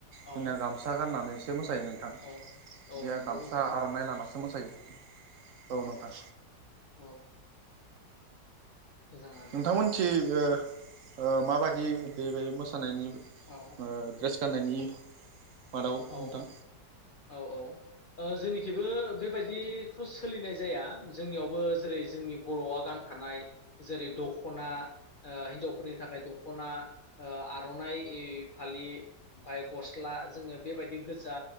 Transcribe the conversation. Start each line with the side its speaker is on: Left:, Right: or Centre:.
Right: जोंना
Left: औ
Right: गामसा गाननानै सो मोसायो नोंथां।
Left: औ औ
Right: बिआर
Left: नंगौ
Right: गामसा
Left: मोजां
Right: आर'नाइ लाना स थो मोसायो। औ नोंथां।
Left: औ मोजाङानो
Right: नोंथांमोनथि <unintelligible> ओ मा बायदि बे बे मोसानायनि ओ
Left: औ
Right: द्रेस गाननायनि मादाव
Left: औ
Right: नोंथां
Left: औ औ ओ जोंनिखिबो बेबायदिथ' सोलिनाय जाया। जोंनियावबो जेरै जोंनि बर'आ गानखानाय जेरै दख'ना ओ हिनजावफोरनि थाखाय दख'ना ओ आर'नाइ ए फालि ओमफाय गस्ला जोङो बेबायदि गोजा